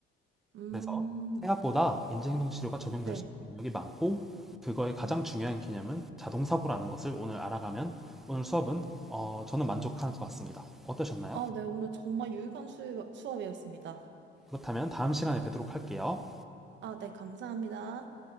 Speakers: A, on the right; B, in the centre.
A: 음,
B: 그래서 생각보다 인지행동 치료가 적용될
A: 네.
B: 수 있는 능력이 많고, 그거의 가장 중요한 개념은 자동사고라는 것을 오늘 알아가면 오늘 수업은 어, 저는 만족한 것 같습니다. 어떠셨나요?
A: 아, 네. 오늘 정말 유익한 수, 수업이었습니다.
B: 그렇다면 다음 시간에 뵙도록 할게요.
A: 아, 네. 감사합니다.